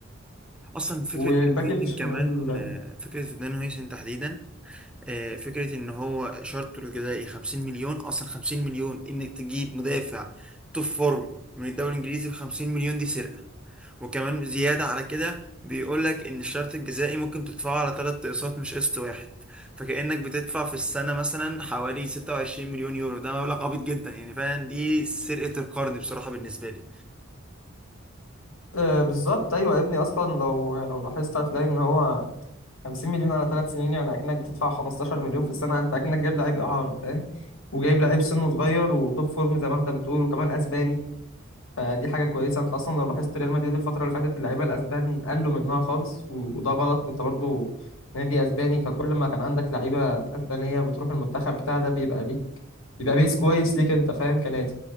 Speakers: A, in the centre; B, on the left.
A: اصلا فكره
B: والباك
A: داين هويسن
B: الشمال
A: كمان آه، فكره داين هويسن تحديدا آه، فكرة ان هو شرطه الجزائي 50 مليون اصلا 50 مليون انك تجيب مدافع توب فورم من الدوري الانجليزي ب 50 مليون دي سرقة وكمان زيادة على كده بيقول لك ان الشرط الجزائي ممكن تدفعه على ثلاث اقساط مش قسط واحد فكأنك بتدفع في السنة مثلا حوالي 26 مليون يورو ده مبلغ عبيط جدا يعني فعلا دي سرقة القرن بصراحة بالنسبة لي
B: آه بالظبط أيوة يا ابني أصلا لو لو لاحظت هتلاقي إن هو 50 مليون على ثلاث سنين يعني أكنك بتدفع 15 مليون في السنة أنت أكنك جايب لعيب إعارة فاهم وجايب لعيب سنه صغير وتوب فورم زي ما أنت بتقول وكمان أسباني فدي حاجة كويسة أنت أصلا لو لاحظت ريال مدريد الفترة اللي فاتت اللعيبة الأسبان قلوا منها خالص و- وده غلط أنت برضو نادي اسباني فكل ما كان عندك لعيبه اسبانيه بتروح المنتخب بتاع ده بيبقى ليك يبقى بيس كويس ليك انت فاهم كنادي